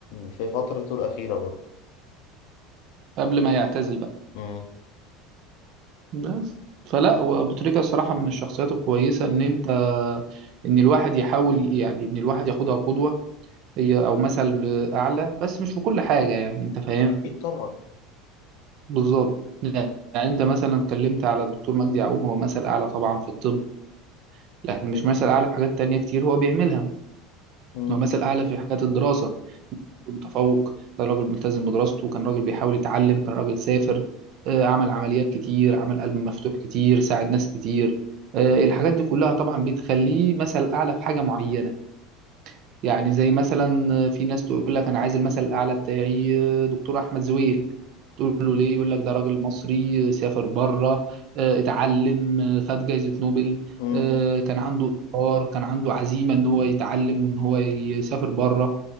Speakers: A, on the left; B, on the right.
A: في فترته الأخيرة برضه
B: قبل ما يعتزل بقى
A: امم
B: بس فلا وابو تريكة الصراحة من الشخصيات الكويسة ان انت ان الواحد يحاول يعني ان الواحد ياخدها قدوة هي او مثل اعلى بس مش في كل حاجة يعني انت فاهم
A: أكيد طبعا
B: بالظبط يعني انت مثلا اتكلمت على الدكتور مجدي يعقوب هو مثل اعلى طبعا في الطب لكن مش
A: ايوه
B: مثل اعلى في حاجات تانية كتير هو بيعملها
A: امم
B: هو مثل اعلى في حاجات الدراسة متفوق كان راجل ملتزم بدراسته كان راجل بيحاول يتعلم كان راجل سافر آه، عمل عمليات كتير عمل قلب مفتوح كتير ساعد ناس كتير آه، الحاجات دي كلها طبعا بتخليه مثل أعلى في حاجة معينة يعني زي مثلا آه، في ناس تقول لك أنا عايز المثل الأعلى بتاعي آه، دكتور أحمد زويل تقول له ليه يقول لك ده راجل مصري آه، سافر بره آه، اتعلم آه، خد جايزة نوبل
A: امم
B: آه، كان عنده إصرار كان عنده عزيمة إن هو يتعلم وإن هو يسافر بره